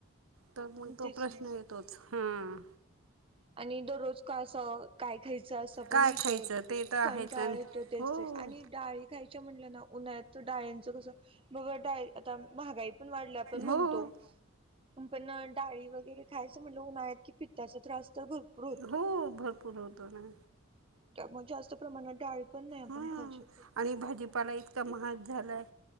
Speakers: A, on the right; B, on the right.
A: तर म तो
B: तेच
A: प्रश्न
B: ना
A: येतोच हा.
B: आणि दररोज का असं काय खायचं असं
A: काय
B: पण विषय
A: खायचं
B: होतो
A: ते तर
B: कंटाळा
A: आहेच आणि
B: येतो ते
A: हो
B: ते तेच आणि डाळी खायच्या म्हनलं ना उन्हाळ्यात तो डाळीचं कसं बाबा डाळी आता महागाई पण वाढल्या आपण म्हणतो
A: हो
B: पण डाळी वगरे खायचं म्हणलं उन्हाळ्यात कि पित्ताचा त्रास तर भरपूर होतो.
A: हो भरपूर होतो ना.
B: त्यामुळे जास्त प्रमाणात डाळी पण नाही आपण
A: हम्म
B: खाऊ शकत
A: आणि भाजीपाला इतका महाग झालाय